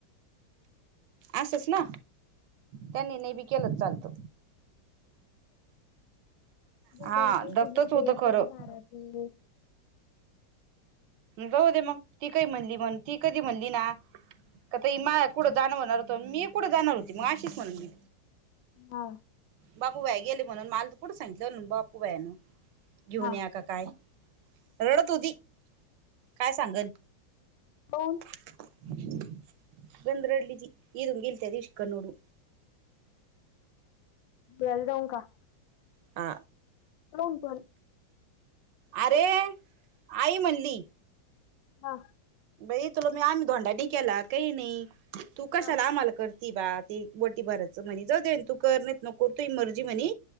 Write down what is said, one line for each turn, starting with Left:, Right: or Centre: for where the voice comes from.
Right: अससस ना? त्यांनी नेबी केलंच चालतो.
Left: जोड्याला
Right: हा
Left: पैसे
Right: दत्तच
Left: दिते
Right: होतं
Left: एक
Right: खरं
Left: भारातील.
Right: जाऊ दे मग ती काही, म्हणली म्हण ती कधी म्हणली ना? काता मा कुठं जाणं होणार होत, मी कुठं जाणार होती मग आशीिच म्हणून मी.
Left: हा.
Right: बापूबाई गेले म्हणून मला कुठं सांगितलं, बापू बायान घेऊन
Left: हा
Right: या का काय. रडत होती काय सांगल.
Left: होन.
Right: बंदरडली ज एकुंग गलतय, दिीव शिकन नोड.
Left: बेल दऊ का.
Right: आ
Left: कोण पण
Right: अरे आई म्हणली
Left: हा
Right: ब तुला मी आम्ही घोंडाणी केला काही नाही तू कशाला
Left: हा
Right: आम्हाला करत ती बा ती बटी भरायचं म्हणे जाऊ देन तू कर नाहीत नको तू इ मर्जी म्हणे